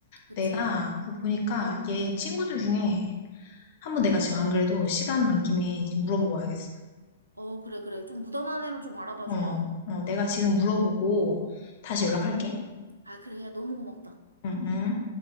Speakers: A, on the right; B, on the left.
A: 그치?
B: 내가 보니까 얘 친구들 중에 한번 내가 지금 안 그래도 시간 난 김에 지금 물어보고 와야겠어.
A: 어, 그래, 그래. 좀 무던한 애를 좀 알아봐
B: 어,
A: 줘.
B: 어, 내가 지금 물어보고 다시 연락할게.
A: 아, 그래. 야, 너무 고맙다.
B: 응, 응.